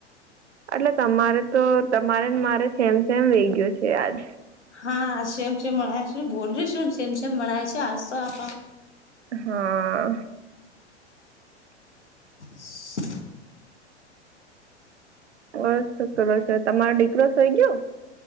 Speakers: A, on the right; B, on the left.
A: એટલે તમારે તો તમારે મારે સેમ સેમ વેગયો છે આજ.
B: હા છેમ છેમણાય છેું બોલ શું સમસેમ મણાય છે આજ તો આપ.
A: હા.
B: હ.
A: બસ શું કરો છે. તમારો દીકરો થઈ ગયો?